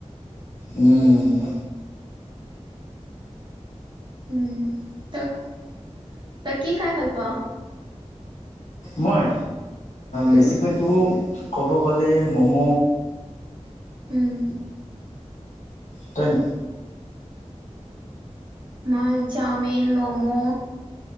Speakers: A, on the left; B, on the right.
A: উম!
B: উম ত' তই কি খাই ভাল পাও।
A: মই
B: উম
A: বেছিকৈতো ক'ব গ'লে ম'ম'
B: উম
A: তই ন
B: মই চাওমিন মমো